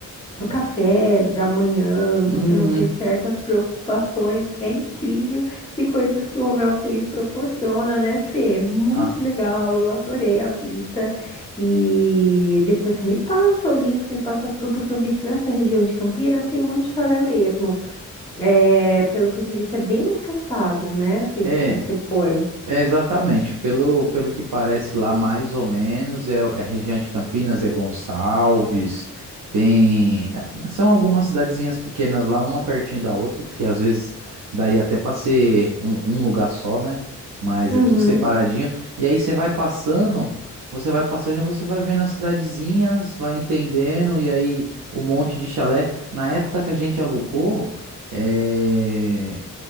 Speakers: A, on the left (about 15°); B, on the right (about 70°).
A: do café, da manhã,
B: Uhum.
A: você não ter certas preocupações, é incrível. E coisas que o home office ele proporciona, né, Fê? É Muito
B: Ah.
A: legal, eu adorei a vista. E depois você me passa o link, me passa tudo, porque eu vi que nessa região de Campinas tem muito chalé mesmo. É, pelo que eu entendi, isso é bem afastado, né? O que
B: É.
A: se você foi.
B: É exatamente, pelo, pelo que parece lá, mais ou menos, é, é região de Campinas, é Gonçalves, tem. é, São algumas cidadezinhas pequenas lá, uma pertinho da outra, que às vezes daria até para ser um, um lugar só, né? Mas
A: Uhum,
B: é tudo separadinho. E aí você vai passando, você vai passando e você vai vendo as cidadezinhas, vai entendendo, e aí o monte de chalé. Na época que a gente alugou. É,